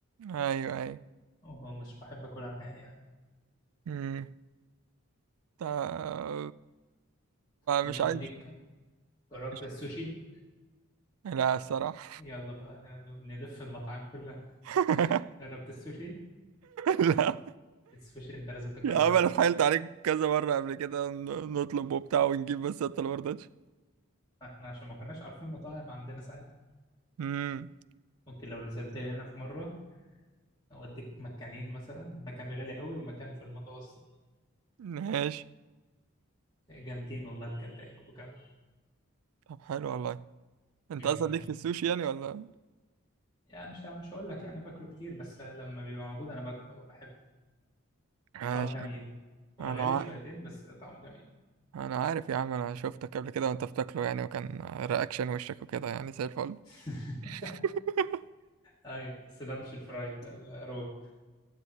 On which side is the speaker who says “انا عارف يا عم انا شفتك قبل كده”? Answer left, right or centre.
Right